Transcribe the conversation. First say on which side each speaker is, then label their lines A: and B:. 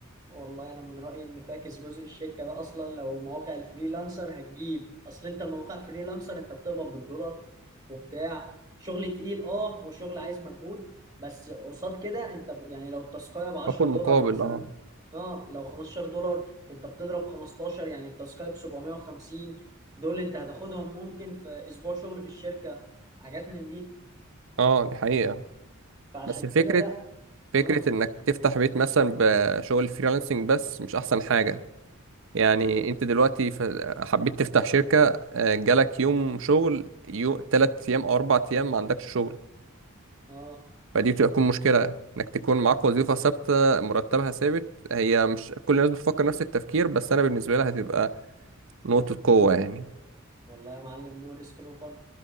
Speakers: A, on the right (about 20°); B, on the right (about 65°).
A: والله انا من رايي ان فاكس جزء الشركه ده اصلا لو مواقع الفريلانسر هتجيب اصل انت مواقع فريلانسر انت بتقبض بالدولار وبتاع شغل تقيل اه وشغل عايز مجهود بس قصاد كده انت ب- يعني لو التاسكايه ب 10
B: باخد
A: دولار
B: مقابل
A: مثلا
B: اه
A: اه لو 15 دولار انت بتضرب 15 يعني التاسكايه ب 750 دول انت هتاخدهم ممكن في اسبوع شغل في الشركه حاجات من دي
B: اه دي حقيقة
A: فعشان
B: بس فكرة
A: كده لا
B: فكرة
A: اه
B: انك تفتح بيت مثلا بشغل فريلانسنج بس مش احسن حاجة يعني
A: امم
B: انت دلوقتي ف- حبيت تفتح شركة آه، جالك يوم شغل يو تلات ايام او اربع ايام ما عندكش شغل
A: اه
B: فدي بتبقى تكون مشكلة انك تكون معاك وظيفة ثابتة مرتبها ثابت هي مش كل الناس بتفكر نفس التفكير بس انا بالنسبة لها هتبقى نقطة قوة يعني
A: والله يا معلم نو ريسك نو فن